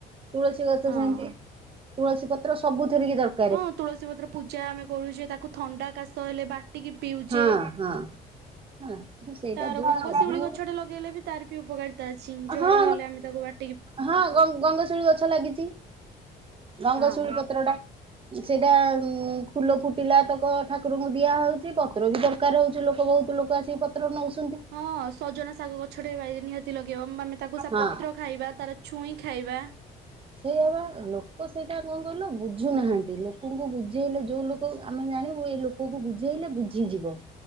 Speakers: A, on the right (about 30°); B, on the right (about 80°).
A: ତୁଳସୀ ଗଛ
B: ହଁ
A: ସେମିତି ତୁଳସୀ ପତ୍ର ସବୁଥିରିକି ଦର୍
B: ହଁ ତୁଳସୀ ପତ୍ର ପୂଜା ଆମେ କରୁଛେ ତାକୁ ଥଣ୍ଡା, କାଶ ହେଲେ ବାଟିକି ପିଉଚେ।
A: ହଁ ହଁ। <unintelligible>
B: ତାର ଗଙ୍ଗଶିଉଳି
A: ସବୁ
B: ଗଛ ଟେ ଲଗେଇଲେ ବି ତାର ବି ଉପକାରିତା ଅଛି ଜର
A: ହଁ
B: ହେଲେ ଆମେ ତାକୁ ବା
A: ହଁ ଗଙ୍ଗ ଗଙ୍ଗ ଶିଉଳି ଗଛ ଲାଗିଛି ରଙ୍ଗଶିଉଳି
B: ହଁ।
A: ପତ୍ର ଟା ସେ ଟା ଫୁଲ ଫୁଟିଲା ତକ ଠାକୁରଙ୍କୁ ଦିଆହେଉଛି ପତ୍ର ବି ଦର୍କାରେ ହଉଛି ଲୋକ ବହୁତ୍ ଲୋକ ଆସି ତାର ନେଉଛନ୍ତି।
B: ହଁ ସଜନା ଶାଗ ଗଛଟେ ବାଇରେ ନିହାତି ଲଗେଇବ ମାନେ ତାକୁ ସେ
A: ହଁ।
B: ପତ୍ର ଖାଇବା ତାାର ଛୁଇଁ ଖାଇବା
A: ସେଇଆବା ଲୋକ ସେଇଟା କଣ କଲ ବୁଝୁନାହାନ୍ତି ଲୋକଙ୍କୁ ବୁଝେଇଲେ ଯୋଉ ଲୋକ ଆମେ ଜାଣିବୁ ଏଇ ଲୋକ ପୋକକୁ ବୁଝେଇଲେ ବୁଝିଯିବ।